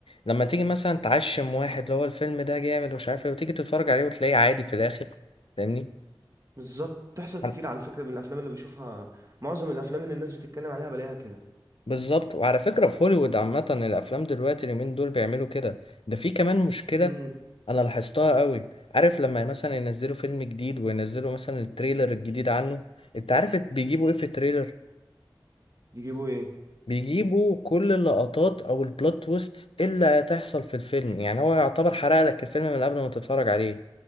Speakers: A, on the left; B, on the right.
A: لما تيجي مثلا تعشم واحد اللي هو الفيلم ده جامد ومش عارف ايه وتيجي تتفرج عليه وتلاقيه عادي في الاخر فاهمني
B: بالظبط بتحصل
A: عن-
B: كتير على فكره من الافلام اللي بشوفها معظم الافلام اللي الناس بتتكلم عليها بلاقيها كده
A: بالظبط وعلى فكره في هوليوود عامه الافلام دلوقتي اليومين دول بيعملوا كده ده في كمان مشكله
B: امم
A: انا لاحظتها قوي عارف لما مثلا ينزلوا فيلم جديد وينزلوا مثلا التريلر الجديد عنه انت عارف بيجيبوا ايه في التريلر
B: يجيبوا ايه
A: بيجيبوا كل اللقطات او البلوت تويست اللي هتحصل في الفيلم يعني هو يعتبر حرق لك الفيلم من قبل ما تتفرج عليه